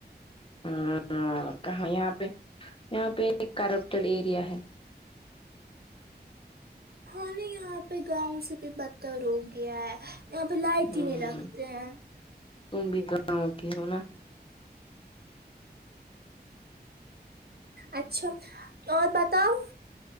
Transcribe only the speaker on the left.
ہ کہاں یہاں پہ یہاں پہ ایک کرپٹل ایریا ہے
ہ
تم بھی گاؤ کی ہونا